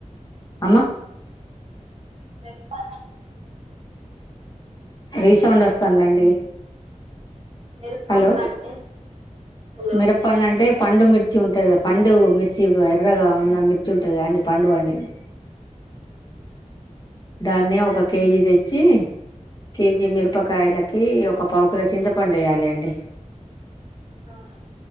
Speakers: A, on the left; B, on the right.
A: అమ్మ
B: మిరప
A: రీసౌండ్ వస్తుందండి
B: మెరుపంలు
A: హలో
B: అంటే హలో
A: మిరపండ్లు అంటే పండు మిర్చి ఉంటుంది పండు మిర్చి ఎర్రగా ఉన్న మిర్చి ఉంటుంది అండి పండు పండింది దాన్న ఒక కేజీ తెచ్చి కేజీ మిరపకాయలకి ఒక పావుకిల చింతపండు వేయాలి అండి
B: అవున